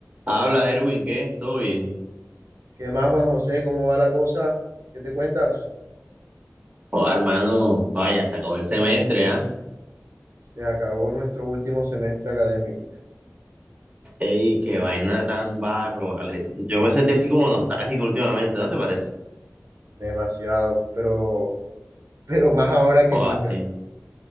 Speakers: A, on the right; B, on the right.
A: Habla Erwin, ¿qué? ¿Todo bien?
B: ¿Qué más, Juan José? ¿Cómo va la cosa? ¿Qué te cuentas?
A: Joder, hermano, vaya, se acabó el semestre, ¿ah?
B: Se acabó nuestro último semestre académico.
A: Ey, qué vaina tan barro, vale. Yo me sentí así como nostálgico últimamente, ¿no te parece?
B: Demasiado, pero, <laughs> pero más ahora que
A: Joder,
B: nunca.
A: sí.